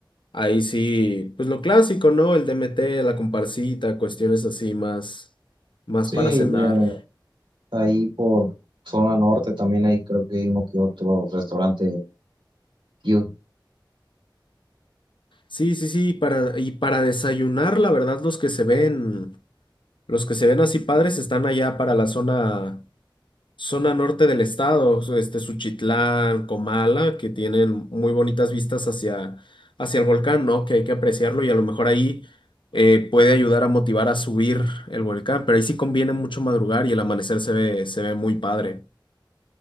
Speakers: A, on the left; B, on the right.
A: ahí sí, pues lo clásico, ¿no? El DMT, la comparsita, cuestiones así más, más
B: sí,
A: para cenar.
B: ya, ahí por zona norte también hay creo que hay uno que otro restaurante cute.
A: Sí, sí, sí, para, y para desayunar, la verdad los que se ven, los que se ven así padres están allá para la zona Zona norte del estado, su- este Suchitlán, Comala, que tienen muy bonitas vistas hacia, hacia el volcán, ¿no? Que hay que apreciarlo y a lo mejor ahí eh, puede ayudar a motivar a subir el volcán, pero ahí sí conviene mucho madrugar y el amanecer se ve, se ve muy padre.